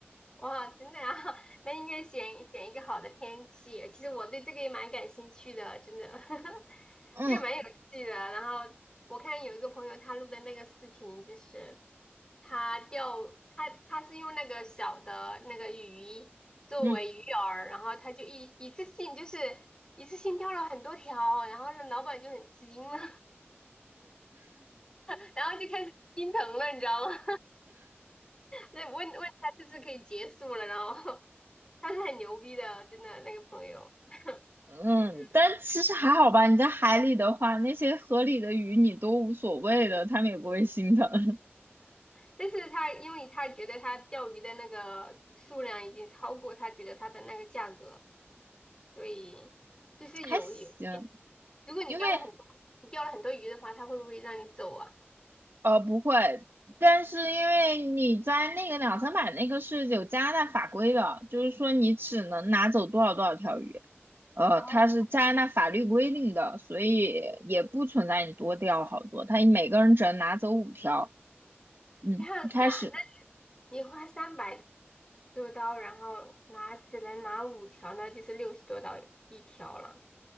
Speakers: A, on the left (about 20°); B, on the right (about 55°).
A: 哇，真的啊，<laughs> 那应该选选一个好的天气。其实我对这个也蛮感兴趣的，真的，<laughs>
B: 嗯
A: 也蛮有趣的。然后我看有一个朋友他录的那个视频，就是他钓，他他是用那个小的那个鱼作为鱼饵，
B: 嗯，
A: 然后他就一一次性就是一次性钓了很多条，然后那老板就很吃惊了，<laughs> 然后就开始心疼了，你知道吗？那问问他是不是可以结束了，然后 <laughs> 他是很牛逼的哦，真的那个朋友，<laughs>
B: 嗯，
A: 其实，
B: 但其实还好吧。你在海里的话，那些河里的鱼你都无所谓的，他们也不会心疼，
A: 但是他因为他觉得他钓鱼的那个数量已经超过他觉得他的那个价格，所以就是有有些，
B: <laughs> 还行。
A: 如果你钓了很多，
B: 因为
A: 你钓了很多鱼的话，他会不会让你走啊？
B: 呃，不会，但是因为你在那个两三百那个是有加拿大法规的，就是说你只能拿走多少多少条鱼，呃，
A: 哦，
B: 它是加拿大法律规定的，所以也不存在你多钓好多，他每个人只能拿走五条，嗯，
A: 这样子啊，
B: 开始，
A: 那你花三百多刀，然后拿只能拿五条，那就是六十多刀一条了，